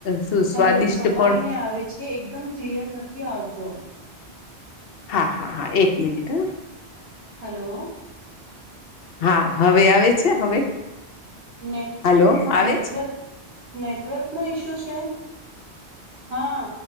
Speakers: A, on the left; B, on the right.
A: શું સ્વાદિષ્ટ
B: હલો છપાઈને
A: પણ
B: આવે છે, એકદમ ક્લિયર નથી આવતો
A: હા હા હા એક મિનિટ હા.
B: હલો.
A: હ હા હવે આવે છે હવે.
B: નેટ
A: હલો આવે
B: નેટવર્ક.
A: છે
B: નેટવર્ક નો ઈશ્યુ છે, હા